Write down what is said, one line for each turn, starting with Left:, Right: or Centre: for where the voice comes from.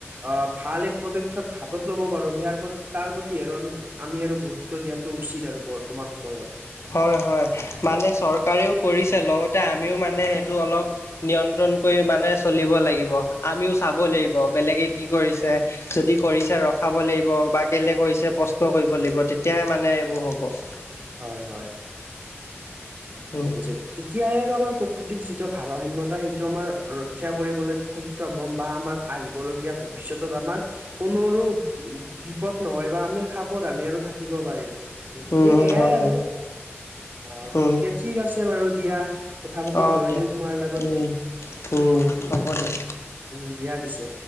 Right: অহ ভাল এক পদক্ষেপ হাতত ল'ব পাৰো, ইয়াৰ প্ৰতি তাৰ প্ৰতি আৰু আমি। আমি আৰু গুৰুত্ব দিয়াটো উচিত আৰু বৰ্তমান সময়ত।
Left: হয় হয় মানে চৰকাৰেও কৰিছে লগতে আমিও মানে সেইটো অলপ নিয়ন্ত্ৰণ কৰি মানে চলিব লাগিব, আমিও চাব লাগিব, বেলেগে কি কৰিছে। যদি কৰিছে ৰখাব লাগিব বা কেলে কৰিছে প্ৰশ্ন কৰিব লাগিব তেতিয়াহে মানে এইবোৰ হ'ব।
Right: হয় হয়
Left: উম
Right: যে তেতিয়াহে আৰু আমাৰ প্ৰকৃতিৰ যিটো ভাৰসাম্যতা সেইটো আমাৰ ৰক্ষা কৰিবলৈ সক্ষম হম বা আমাৰ আহিবলগীয়া ভৱিষ্যতত আমাৰ কোনো আৰু বিপদ নহয় বা আমি সাৱধানে আৰু থাকিব পাৰিম। গতিকে
Left: উম
Right: এয়াই
Left: হয়
Right: আৰু
Left: হয়
Right: অ, গতিকে
Left: উম
Right: ঠিক আছে বাৰু দিয়া। কথা পাতি
Left: অ
Right: ভাল লাগিল
Left: দিয়া
Right: তোমাৰ লগত
Left: উম উম
Right: উ
Left: হ'ব দিয়া
Right: উম দিয়া পিছে।